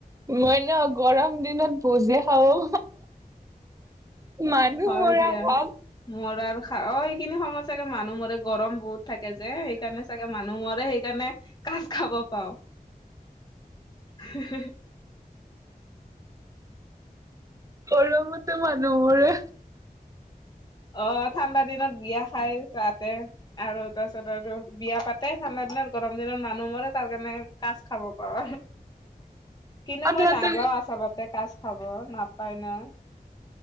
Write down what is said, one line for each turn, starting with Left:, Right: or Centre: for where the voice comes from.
Right: মই ন গৰম দিনত ভোজে খাওঁ মানুহ
Left: হয়
Right: মৰা
Left: দিয়া
Right: ভাত
Left: মৰাৰ খা অ সেইখিনি সময় চাগে মানুহ মৰে গৰম বহুত থাকে যে সেইকাৰণে চাগে মানুহ মৰে সেইকাৰণে কাজ খাব পাও হি, হি।
Right: গৰমতে মানুহ মৰে
Left: অ ঠাণ্ডা দিনত বিয়া খাই তাতে আৰু তাৰপিছত আৰু বিয়া পাতে ঠাণ্ডা দিনত গৰম দিনত মানুহ মৰে তাৰ কাৰণে কাজ খাব পাও কিন্তু
Right: আধাতে
Left: মই নাযাও আচলতে কাজ খাব নাপায় না